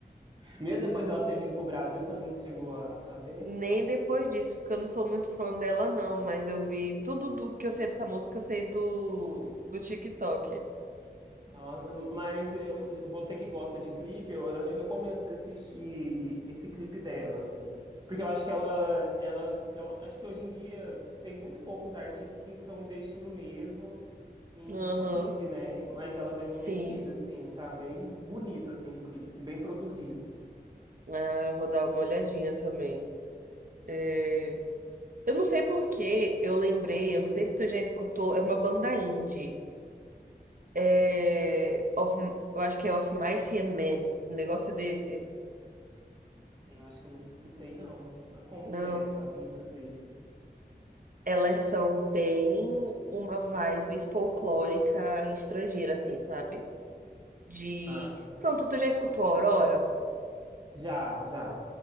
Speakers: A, on the right; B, on the right.
A: Mesmo depois dela ter vindo pro Brasil, você não chegou a, a
B: <laughs>
A: ver?
B: Nem depois disso, porque eu não sou muito fã dela, não, mas eu vi tudo do que eu sei dessa música, eu sei do, do TikTok.
A: Nossa, mas eu- você que gosta de clipe, eu, eu recomendo você assistir esse clipe dela, assim. Porque eu acho que ela, ela, eu acho que hoje em dia tem muito poucos artistas que estão investindo mesmo em
B: Aham,
A: videoclipe, né? Mas ela deu
B: sim.
A: uma investida, assim, tá bem bonito, assim, o clipe, assim, bem produzido.
B: Ah, eu vou dar uma olhadinha também. É, Eu não sei por que eu lembrei, eu não sei se tu já escutou, é uma banda indie. É, of, eu acho que é Of Mice and Men, um negócio desse.
A: Eu acho que eu nunca escutei, não. Mas como
B: Não.
A: que é as músicas dele?
B: Elas são bem uma vibe folclórica estrangeira, assim, sabe? De.
A: Ah,
B: Pronto, tu já escutou Aurora?
A: já, já.